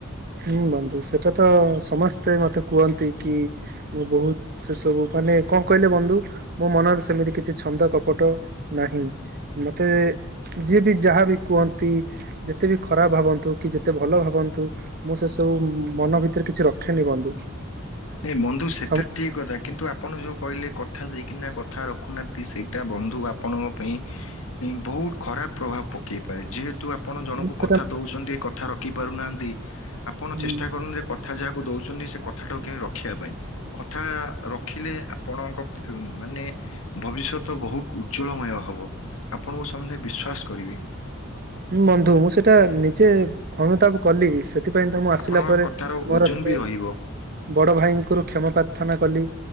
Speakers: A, on the right; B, on the left.
A: ହୁଁ ବନ୍ଧୁ ସେଟା ତ ସମସ୍ତେ ମତେ କୁହନ୍ତି କି ମୁଁ ବହୁତ ସେ ସବୁ ମାନେ କଣ କହିଲେ ବନ୍ଧୁ ମୋ ମନରେ ସେମିତି କିଛି ଛନ୍ଦ କପଟ ନାହିଁ। ମତେ ଯିଏ ବି ଯାହାବି କୁହନ୍ତି ଯେତେ ବି ଖରାପ ଭାବନ୍ତୁ କି ଯେତେ ଭଲ ଭାବ ନ୍ତୁ ମୁଁ ସେ ସବୁ ମନ ଭିତରେ କିଛି ରଖେନି ବନ୍ଧୁ।
B: ନାଇ ବନ୍ଧୁ ସେଟା
A: ସମ-
B: ଠିକ କଥା କିନ୍ତୁ ଆପଣ ଯେଉଁ କହିଲେ କଥା ଦେଇକିନା କଥା ରଖୁନାହାନ୍ତି ସେଇଟା ବନ୍ଧୁ ଆପଣଙ୍କ ପାଇଁ ବହୁତ ଖରାପ ପ୍ରଭାବ ପକେଇପାରେ ଯେହେତୁ ଆପଣ ଜଣଙ୍କୁ
A: ମୁଁ ସେଟା-
B: କଥା ଦେଉଛନ୍ତି କଥା ରଖିପାରୁନାହାଁନ୍ତି ଆପଣ
A: ହୁଁ,
B: ଚେଷ୍ଟା କରନ୍ତୁ ଯେ କଥା ଯାହାକୁ ଦେଉଛନ୍ତି ସେ କଥାଟାକୁ କିଣି ରଖିବା ପାଇଁ କଥା ରଖିଲେ ଆପଣଙ୍କ ମାନେ ଭବିଷ୍ୟତ ବହୁତ ଉଜ୍ଜଳମୟ ହବ। ଆପଣଙ୍କୁ ସମସ୍ତେ ବିଶ୍ୱାସ କରିବେ।
A: ଉଁ ବନ୍ଧୁ ମୁଁ ସେଇଟା ନିଜେ ଅନୁତାପ କଲି ସେ ସେଥିପାଇଁ ତ ମୁଁ ଆସିଲା
B: ଆପଣଙ୍କ
A: ପରେ
B: କଥାର
A: ମୋର
B: ଓଜନ
A: ସେ
B: ବି ରହିବ।
A: ବଡ ଭାଇ ଙ୍କର କ୍ଷମା ପ୍ରାର୍ଥନା କଲି